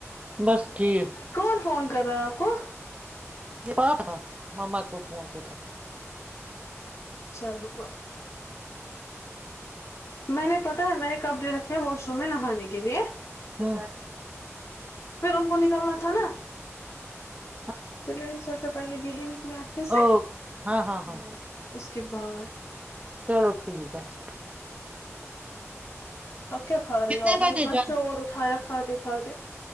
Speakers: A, on the right; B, on the left.
A: بس ٹھیک
B: کون فون کرا کو
A: پاپ مما کو فون کرتا
B: چل پ میں نے پتا ہے میں نے کب ڈے رکھا واش روم میں نہانے کے لیے
A: ہو
B: پھر ان کو نکلنا تھا نا
A: ہوں
B: تو نے سوا پہلے یہ نکل اچھے سے
A: او ہاں ہاں ہاں
B: اس کے بعد
A: چلو ٹھیک ہے <unintelligible>
B: اب کیا کھا رہی
A: کتنے
B: ہو آپ میں
A: بجے
B: اتنا
A: جانا
B: چور اٹھایا کھات کھاتے <unintelligible>